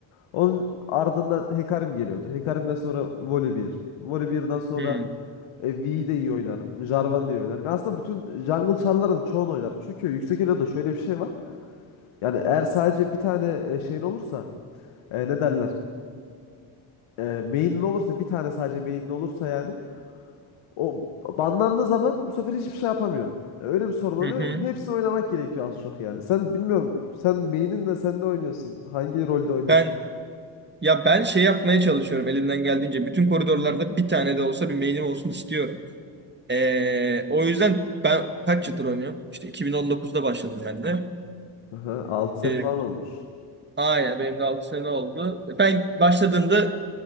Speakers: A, on the left; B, on the right.
A: Onun ardından Hekarim geliyordu. Hekarim'den sonra Voli 1. sonra
B: hı.
A: e, V'yi de iyi oynarım. Jarvan da iyi oynarım. Ya aslında bütün jungle char'ların çoğunu oynarım. Çünkü yüksek elo'da şöyle bir şey var. Yani eğer sadece bir tane e, şeyin olursa e, ne derler? E, main'in olursa bir tane sadece main'in olursa yani o banlandığı zaman bu sefer hiçbir şey yapamıyorsun. Öyle bir sorun oluyor.
B: Hı hı.
A: Hepsini oynamak gerekiyor az çok yani. Sen bilmiyorum sen main'in de sen de oynuyorsun. Hangi rolde oynuyorsun?
B: Ben ya ben şey yapmaya çalışıyorum elimden geldiğince. Bütün koridorlarda bir tane de olsa bir main'im olsun istiyorum. Ee, o yüzden ben kaç yıldır oynuyorum? İşte 2019'da başladım ben de.
A: Aha, 6 sene falan
B: Ee,
A: olmuş.
B: aynen benim de 6 sene oldu. Ben başladığımda